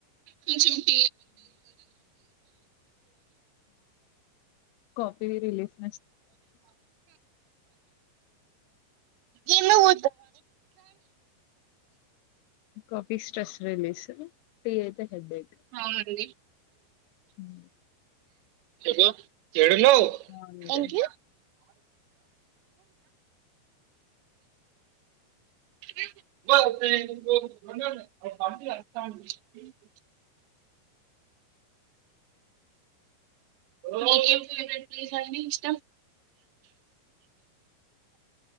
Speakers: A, on the right; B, on the left.
A: కొంచెం <inaudible>
B: కాపీ రిలీజ్
A: ఏల ఉ
B: కాఫీ స్ట్రెస్ రిలీస్ టీ అయితే హెడ్బేక్
A: అవునండి
B: ఉ
A: చె చెడులవుం
B: అంతే
A: ూ బస్ మా మీకేం ఫేవరెట్ ప్లేస్ అండి ఇష్టం